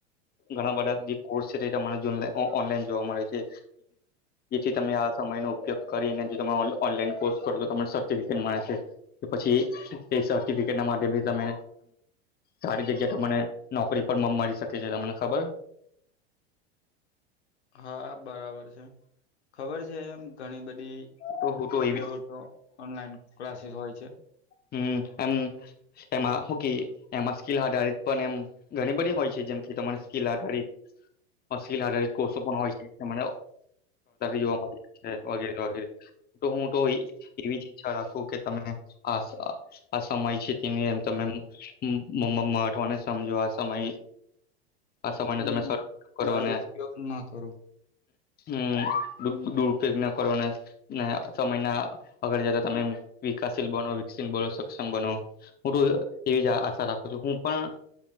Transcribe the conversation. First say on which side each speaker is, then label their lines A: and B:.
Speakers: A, on the left (about 30°); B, on the left (about 85°).
A: ઘણા બધા જે કોર્સ છે તે તમા ઓનલાઈન જોવા મળે છે. જેથી તમે આ સમય ન ઉપયોગ કરીને તમે ઓનલાન કોર્સ કરો તો તમને સર્ટીફીકેટ મળે છે, પછી ટ ના માધ્યમથી તમે, સારી જગ્યા તને. નોકરી પર મળી શકે છે તમને ખબર.
B: હા બરાબર છે, ખબર એમ ઘણી બધી
A: તો હું તો એવી
B: એવ તો ઓનલાઈન ક્લાસીસ હોય છે.
A: હમ્મ એમ એમાંકી એમાં સ્કીલ આધારિત પણ એમ ઘણી બધી હોય છે. જેમથી તમારી સ્કીિલ આધારિત અશલ આધારિત કોષો પણ હોય છે, મ જોવા મળ વગેરે વગેરે તો હું તો એવી જ ઈચ્છા રાખું કે તમે, આ આ સમય છે તેની એમ તમે મમ્મ મહઠવાને સમજો આ સમય આ સમય ન
B: હમ
A: તમે શ કરો
B: દર
A: અને
B: ઉપયોગ ન કરું
A: હમ્મ દુરપયોગ ના કરવાના ને છ મહિના અગળ જતા તમે વિકાસ વ બ સક્ષમ બનો હું તો એવી જ આશા રાખું છું હું, પણ